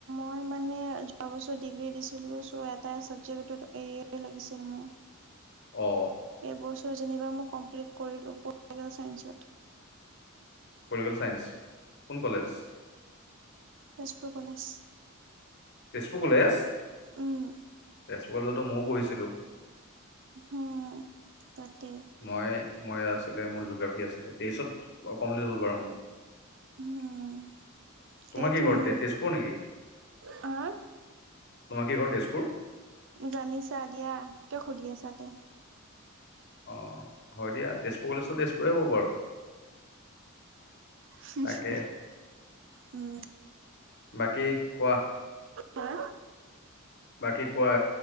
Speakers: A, on the right (about 60°); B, on the left (about 55°).
A: মই মানে যোৱা বছৰ ডিগ্ৰী দিছিলোঁ। চ এটা চাবজেকত এৰিয়াৰ লাগিছে মোৰ।
B: অ।
A: এইবছৰ যেনিবা মই কমপ্লিট কৰিলোঁ পলিটিকেল ছাইন্সত।
B: Political science? কোন college?
A: Tezpur college.
B: Tezpur college?
A: উম,
B: তেজপুৰ কলেজত মইও পঢ়িছিলো।
A: হম। তাতে
B: মই মই আছিলে মোৰ যোগাৰ আছিলে, তেইছত কমপ্লিট হ'ল বাৰু মোৰ।
A: উম,
B: তোমাৰ
A: তে
B: কি
A: তুম
B: ঘৰ তেজপুৰ নেকি?
A: হা? <unintelligible>
B: তোমাৰ কি ঘৰ তেজপুৰ?
A: জানিছা দিয়া। কিয় সুধি আছা তে?
B: অ, হয় দিয়া। তেজপুৰ কলেজটো তেজপুৰে হ'ব বাৰু।
A: <unintelligible>
B: তাকে
A: উ
B: বাকী কোৱা।
A: হা
B: বাকী কোৱা।